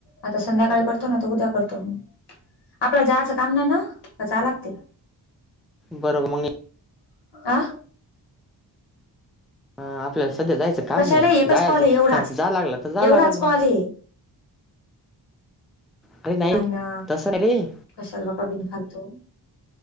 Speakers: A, on the left; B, in the centre.
A: आता संध्याकाळी करतो नाहीतर उद्या करतो मी आपल्याला जायचं काम नाही ना जा लागते
B: बरोबर मग
A: आ
B: ह आपल्याला सध्या जायचं काम
A: कशाला
B: नाही
A: एकच
B: जायच
A: कॉल आहे एवढाच
B: जा लागला तर जा
A: एवढाच
B: लागल
A: कॉल
B: मग
A: आहे
B: अरे नाही
A: नाहीना
B: तसं नाही रे
A: कशाला बापा बिनफालतू